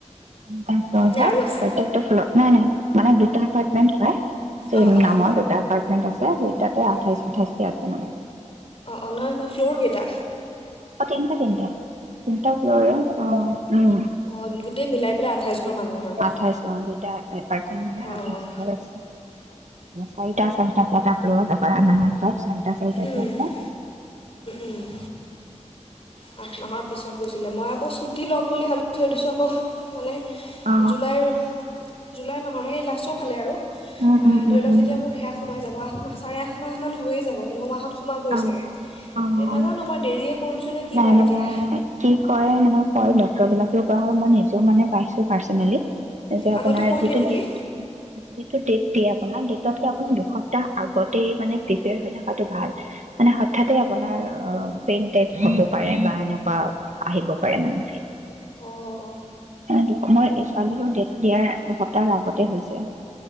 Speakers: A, on the right; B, on the left.
A: তিনটা ফ্ল'ৰ
B: নে
A: হয়
B: আৰু আছে
A: প্ৰত্যেকটো ফ্ল'ৰ নাই নাই মানে দুটা এপাৰ্টমেন্ট হয়। <unintelligible>
B: অঁ অঁ
A: নামৰ দুটা এপাৰ্টমেন্ট আছে দুইটাতে
B: অঁ
A: আঠাইশ, আঠাইশ কে আছে মানে।
B: অঁ নহয় নহয় ফ্ল'ৰ কেইটা
A: অ', তিনটা, তিনটা। তিনিটা ফ্লৰৰে অ', উম,
B: অঁ গোটেই মিলাই পেলাই আঠাইছ ঘৰ মানুহ আৰু
A: আঠাইছ অ', দুটা এপাৰ্ট
B: অঁ
A: আঠাইছ ঘৰ আছে চাৰিটা চাৰিটাকে এটা ফ্ল'ৰত <unintelligible> চাৰিটা চাৰিটাকে
B: অঁ
A: আছে
B: অঁ আঠ মাহৰ পিছত গৈছিলে মই আকৌ চু টি ল'ম বুলি ভাবি থৈ দিছোঁ আকৌ মানে
A: অ
B: জুলাইৰ জুলাই মাহৰ সেই লাষ্টৰ ফালে আৰু।
A: উম
B: অ',
A: উম উম
B: ধৰি লওঁক
A: উম
B: যেতিয়া মোৰ সেয়া সোমাই যাব চাৰে আঠ মাহমান হৈয়ে যাব ন মাহত সোমাবই
A: অ',
B: চাগে
A: অ',
B: এতিয়া
A: অ',
B: নাজানো মই দেৰিয়ে কৰিছোঁ নে কি
A: নাই
B: বা
A: মানে
B: এতিয়া
A: কি কৰে মানে কৰে ডক্টৰবিলাক <unintelligible> মই নিজেও মানে পাইছো পাৰ্চনেলি। যে,
B: আগতে
A: আপোনাৰ
B: কৈ
A: যিটো
B: দিয়ে নেকি
A: ডেট যিটো ডেট দিয়া আপোনাৰ ডেটতকে আপুনি দুসপ্তাহ আগতেই মানে প্ৰিপেয়াৰ হৈ থাকাতটো ভাল। মানে হঠাতে আপোনাৰ অ', পেইন টাইপ হ'ব পাৰে বা এনেকুৱা আহিব পাৰে মানে
B: অঁ
A: <unintelligible> <unintelligible> মই সেই ছোৱালীৰো ডেট দিয়াৰ দুসপ্তাহৰ আগতে হৈছে।